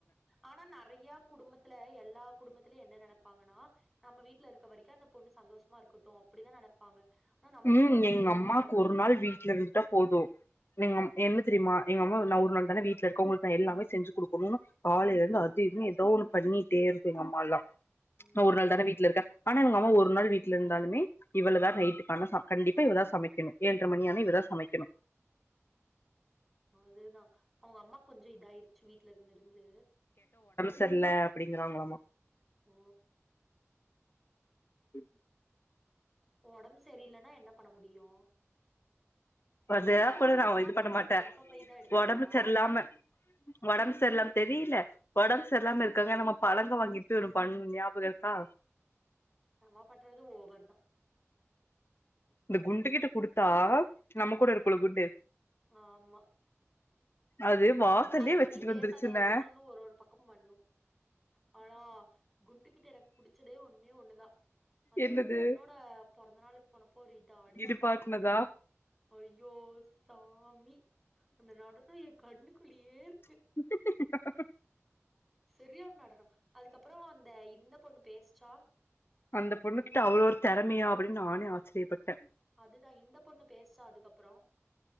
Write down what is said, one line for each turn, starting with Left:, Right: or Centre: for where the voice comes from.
Centre: ஆனா நறையா குடும்பத்துல எல்லா குடும்பத்திலயே என்ன நைப்பாங்கன்னா நம்ம வீட்டுல இருக்க வரைக்கு அந்த பொண்ணு சந்தோஷமா இருக்கட்டு அப்டிதா நெனப்பாங்க ஆனா நம்ம
Left: உ
Centre: வீட்ல எல்லா
Left: எங்க
Centre: கொடுமையு
Left: அம்மாக்கு
Centre: அனுபவிக்கட்டுன்
Left: ஒரு நாள்
Centre: நெனைக்க
Left: வீட்டுல இருந்துட்டா போது எங்கம் என்ன தெரியுமா எங்க அம்மா நா ஒரு
Centre: ம்
Left: நாள் தானே வீட்ல இருக்கே உங்களுக்கு நா எல்லாமே செஞ்சுக் கொடுக்கணும்னு காலையில இருந்து அது இதுனு ஏதோ ஒண்ணு பண்ணிட்டே இருக்கு எங்க அம்மாலா
Centre: ம்
Left: நா ஒரு நாள் தானே வீட்டுல இருக்கே ஆனா இவங்க அம்மா ஒரு நாள் வீட்டுல இருந்தாலுமே இவளதா நைட்டுக் <unintelligible> கண்டிப்பா இவதா சமைக்கணு ஏழ்ர மணியான இவதா சமைக்கணு
Centre: அதுதா அவங்க அம்மா கொஞ்ச இதா ஆயிர்ச்சு வீட்டுல இரு வந்து
Left: சரில அப்டிங்கிறாங்களாமா
Centre: உ
Left: ம்
Centre: ஒடம்பு சரியலன்னா என்ன பண்ண முடியு
Left: அந்த அ கூட
Centre: அவங்க
Left: நா
Centre: அம்மாக்கு
Left: இது பண்ண
Centre: இப்ப
Left: மாட்டே
Centre: கருப்ப பை தா எடுத்தாங்களா
Left: ஒடம்பு சரியிலாம ஒடம்பு சரிலாம தெரியல ஒடம்புச் செரில்லாம இருக்காங்க நம்ம பழங்க வாங்கிட்டு பண்ணு ஞாபகோ இருக்கா
Centre: நம்ம பண்றது ஓவர் தா
Left: இந்த குண்டு கிட்ட குடுத்தா நம்ம கூட இருக்குள்ள குண்டு
Centre: ஆ மா
Left: அது வாசல்லயே
Centre: அத பத்தி
Left: வச்சுட்டு
Centre: பேசாத
Left: வந்துருச்சுங்க
Centre: அது ஒன்னு ஒன்னு ஒரு ஒரு பக்கோ பண்ணு ஆனா குண்டுகிட்ட எனக் புடிச்சதே ஒண்ணே ஒண்ணுதா அந்த
Left: என்னது
Centre: ஒரு பொண்ணோட பிறந்த நாலுக்கு போனப் அப்போ ஒரு இத அடிச்சு
Left: இடுப்பாட்னதா
Centre: பாரு நடனோ ஐயோ சாமி அந்த நடத்த எ கண்ணுக் குள்ளயேர்
Left: <unintelligible>
Centre: சேரியான நடனனோ அதுக்கப்புறோ அந்த இந்த பொண்ணு பேசுச்சா
Left: அந்த பொண்ணு கிட்ட அவ்ளோ ஒரு திறமையா அப்பிடின் நானே ஆச்சரியப்பட்டே
Centre: அதுதா இந்த பொண்ணு பேஸ்ச்சா அதுக்கப்புறோ